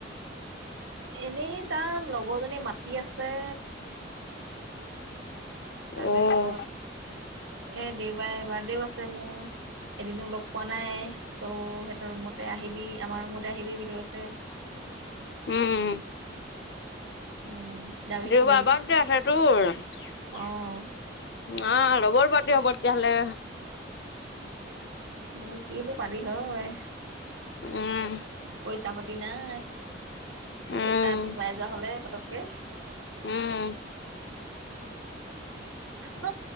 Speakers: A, on the right; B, on the left.
A: এনেই যাম লগৰজনী মাতি আছে তাৰপিছত
B: অ <inaudible>
A: এ দেওঁবাৰে বাৰ্থদে ও আছে মোৰ। এদিনো লগ পোৱা নাই তো সিহঁতৰ ৰুমতে আহিবি আমাৰ ৰুমতে আহিবি বুলি কৈছে।
B: উম
A: উম। যাবি
B: দেওবাৰ
A: নেকি?
B: বাৰ্থদে আছে তোৰ? অঁ,
A: অ',
B: ডবল পাৰতি হ'ব তেতিয়াহ'লে।
A: উ কিনো পাবি হয়
B: উম,
A: পইচা ছা পাতি নাই পইচাটো
B: উম,
A: সোমাই যোৱা হলে পতককে।
B: উম।
A: ত